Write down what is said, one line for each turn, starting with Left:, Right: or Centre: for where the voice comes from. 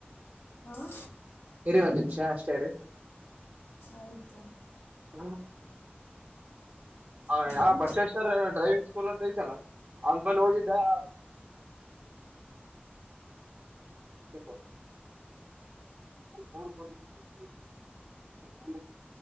Left: ಹಾಂ
Right: ಇರಿ ಒಂದ್ ನಿಮಿಷ ಅಷ್ಟೇ ಇರೀ
Left: ಆಯಿತು
Right: ಹು. ಹ
Left: ಹಲೋ
Right: ಯಾ ಬಸವೇಶ್ವರ ಡ್ರೈವಿಂಗ್ ಸ್ಕೂಲ್ ಅಂತ ಐತಲ್ಲಾ. ಅವನ್ ಬಲ್ ಹೋಗಿದ್ದೆ <unintelligible> <unintelligible>